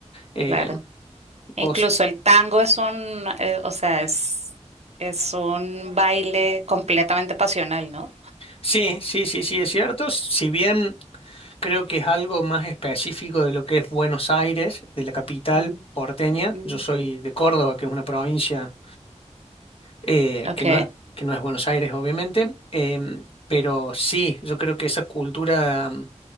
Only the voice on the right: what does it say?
claro. Incluso
el tango es un, eh, o sea, es, es un baile completamente pasional, ¿no?
Mm,
mm,
Ok.